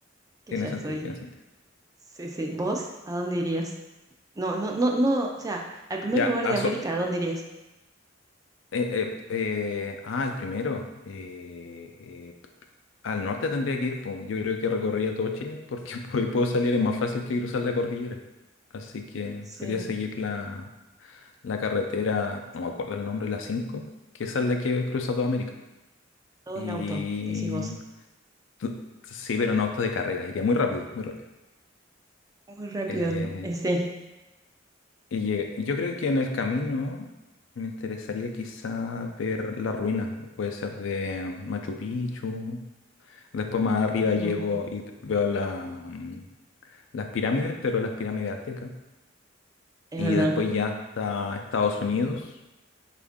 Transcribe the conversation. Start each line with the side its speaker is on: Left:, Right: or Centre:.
Right: que
Left: Tiene
Right: ya
Left: sentido,
Right: soy.
Left: tiene sentido.
Right: Sí, sí. ¿Vos a dónde irías? No, no, no, no, o sea, al primer
Left: Ya,
Right: lugar
Left: ah,
Right: de América,
Left: so-
Right: ¿a dónde irías?
Left: eh, eh, eh, ah, el primero. eh, eh, al norte tendría que ir, pum. Yo creo que recorrería todo Chile, porque <laughs> por ahí puedo salir, es más fácil que cruzar la cordillera. Así que
Right: Sí.
Left: sería seguir la, la carretera, no me acuerdo el nombre, la 5, que esa es la que cruza toda América.
Right: Todo
Left: Y...
Right: en auto, decís vos.
Left: t- Sí, pero en auto de carrera, iría muy rápido, muy rápido.
Right: Muy rápido.
Left: Eh,
Right: Eh, sí.
Left: Y llegué- yo creo que en el camino me interesaría quizá ver las ruinas, puede ser de Machu Picchu, después más arriba
Right: Ujú.
Left: llego y t- veo la, mm, las pirámides, pero las pirámides aztecas,
Right: Es
Left: y
Right: verdad.
Left: después ya hasta Estados Unidos